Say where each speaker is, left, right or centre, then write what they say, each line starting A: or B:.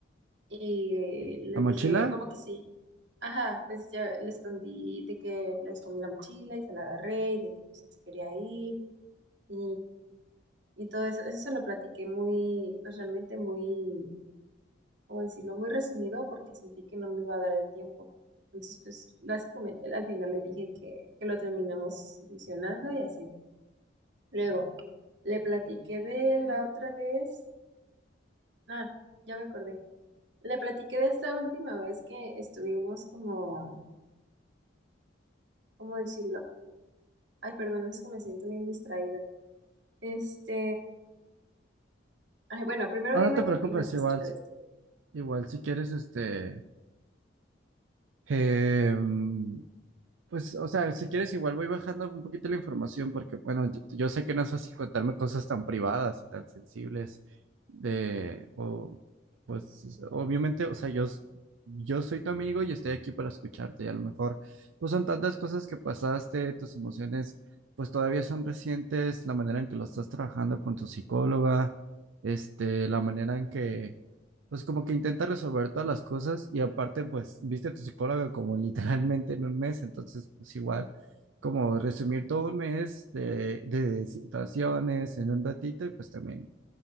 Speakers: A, on the right (about 65°); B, on the right (about 80°).
A: Y eh, le
B: ¿La mochila?
A: dije, como que sí. Ajá, pues ya le escondí de que le escondí la mochila y se la agarré y de que pues, se quería ir. y, y todo eso. Eso se lo platiqué muy, pues realmente muy, ¿cómo decirlo? Muy resumido porque sentí que no me iba a dar el tiempo. Entonces, pues básicamente al final le dije que, que lo terminamos solucionando y así. Luego, le platiqué de la otra vez. Ah, ya me acordé. Le platiqué de esta última vez que estuvimos como, ¿cómo decirlo? Ay, perdón, es que me siento bien distraída. Este, ay, bueno, primero
B: No,
A: dime
B: no te preocupes,
A: qué opinas acerca
B: igual,
A: de esto.
B: igual si quieres, este, em, Pues, o sea, si quieres, igual voy bajando un poquito la información porque, bueno, yo, yo sé que no es así contarme cosas tan privadas y tan sensibles de, o, pues, obviamente, o sea, yo, s- yo soy tu amigo y estoy aquí para escucharte y a lo mejor, pues son tantas cosas que pasaste, tus emociones, pues todavía son recientes, la manera en que lo estás trabajando con tu psicóloga, este, la manera en que pues como que intenta resolver todas las cosas y aparte, pues, viste a tu psicóloga como literalmente en un mes, entonces, pues igual, como resumir todo un mes de, de situaciones en un ratito y pues también